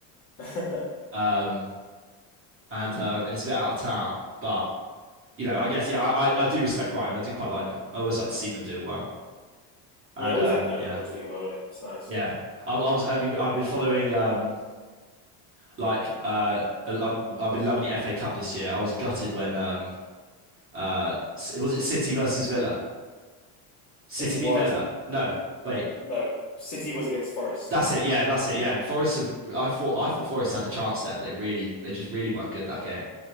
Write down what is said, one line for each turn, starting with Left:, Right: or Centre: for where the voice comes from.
Left: <laughs>
Right: um, and um, and it's a bit out of town. But you know, I guess yeah, I, I, do respect Brighton. I do quite like them. I always like to see them do well. And
Left: yeah. Always
Right: um,
Left: like the underdogs
Right: yeah,
Left: doing well in It's nice.
Right: yeah. I, I was I've been, I've been following um, like uh, I, I've been loving the FA Cup this year. I was gutted when um, uh, was it City versus Villa. City
Left: It was
Right: beat Villa. No, wait.
Left: no City was against Forest.
Right: That's it. Yeah, that's it. Yeah, and
Left: Yeah,
Right: Forest. Have, I thought I thought Forest had a chance there, but they really, they just really weren't good that game.